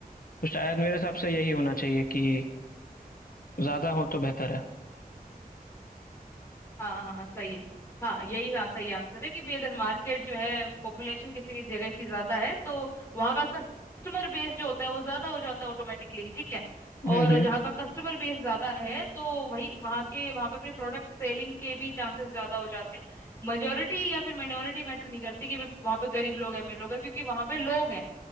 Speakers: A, on the left; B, on the left.
A: तो शायद मेरे हिसाब से यही होना चाहिए कि
B: बिल्कुल
A: ज्यादा हो तो बेहतर है
B: हाँ हाँ हाँ, सही है हाँ यही हाँ सही आंसर है कि भाई अगर मार्केट जो है पॉपुलेशन किसी जगह की ज्यादा है तो वहां का कस्टमर बेस जो होता है वो ज्यादा हो जाता है ऑटोमेटिकली ठीक है
A: हम्म
B: और
A: हम्म
B: जहाँ का कस्टमर बेस ज्यादा है तो वही वहाँ के वहाँ पे अपने प्रोडक्ट सेलिंग के भी चांसेस ज्यादा हो जाते हैं मेजोरिटी या फिर माइनॉरिटी मैटर नहीं करती कि भाई वहाँ पे गरीब लोग हैं अमीर लोग हैं क्योंकि वहाँ पे लोग हैं